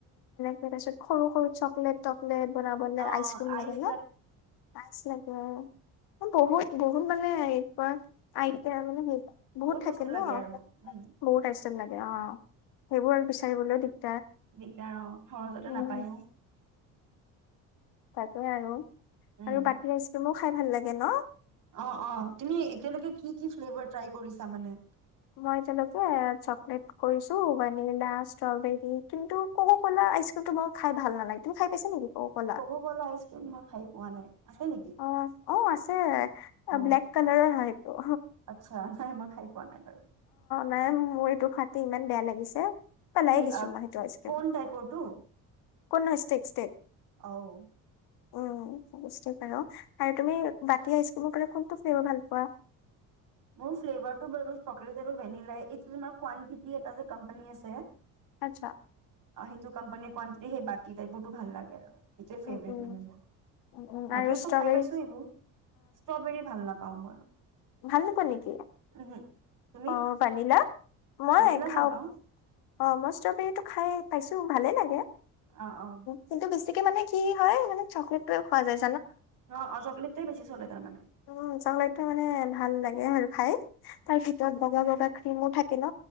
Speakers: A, on the left; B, on the right.
A: তাৰ পিছত সৰু সৰু চকলেট চকলেট াব আইচক্ৰ্ৰীম
B: অ আইচ
A: লাগে ন আইচ বহুত বহুত মানে এা আইতা মানে
B: বহুত
A: থাকে
B: বস্তু লাগে
A: ন
B: আৰু উম
A: বহুত আশম লাগে অ সেইবোৰ আৰু বিচাৰিবলৈ দিগদাৰ
B: দিগদাৰ অ সহজতে
A: উম
B: নাপায়ো
A: তাকো আৰু
B: উম
A: আৰু বাকীৰ আইচক্ৰীমৰ খাই ভাল লাগে ন
B: অ অ তুমি এতিয়ালৈকে কি কি ফ্লেভাৰ ট্ৰাই কৰিছা মানে
A: মই তেওঁলোকে চকলেট কৰিছো ভেনিলা ষ্ট্ৰবেৰী কিন্তু কক কলা আইচক্ৰীমটো মই খাই ভাল নালাগে তুমি খাই পাইছা নেকি কক' কলা
B: ক'ব গলে আইচক্ৰিম নাখাই ওৱালে আছে নেকি
A: অ অ আছে
B: অ
A: ব্লেক কালাৰৰ শাৰীটো
B: আচ্ছা নাই মই খাই পোৱা নাই বাৰু
A: নাই মোৰ এইটো ফাতি ইমান বেয়া লাগিছে পেলাই
B: কি
A: দিছো
B: অহ
A: মই সেইটো আইচক্ৰীম
B: কোন তাইপৰটো
A: কোন নহয় ষ্টেক ষ্টেক
B: অহ
A: উম বুষ্টে পাৰ আৰু তুমি বাক আইচক্ৰীম কোনটো ফ্লেভাৰ ভাল পোৱা
B: মোৰ ফ্লেভাৰটো বাৰু চকলেত আৰু ভেনিলাই এইটো যে কোৱান্তিতি নামৰ যে কোম্পানী এটা আছে
A: আচ্ছা
B: অ সেইটো কোম্পানীৰ কোৱানিটি সেই বাটি টাইপৰতো ভাল লাগে আৰু এইটোৱে ফেভৰিট
A: উম উম
B: মানে মোৰ
A: উম উম
B: বাকি
A: আৰু ষ্ট্ৰবেৰী
B: চব খাই পাইছো সেইবোৰ ষ্ট্ৰবেৰী ভাল নাপাওঁ মই
A: ভাল নোপোৱা নেকি
B: উহু তুমি
A: অ পানিলা মই
B: ভানিলা
A: খাও
B: ভাল পাওঁ
A: অ মই ষ্ট্ৰবেৰীটো খায়ে ভালে লাগে
B: অ অ
A: কিন্তু বেছি মানে কি হয় মানে চকলেটোয়ে খোৱা যায়
B: অ অ চকলেটটোৱে বেছি চলে তাৰমানে
A: উম চকলেতটো মানে ভাল লাগে আৰু খাই তাৰ ক্ৰীমো থাকে ন।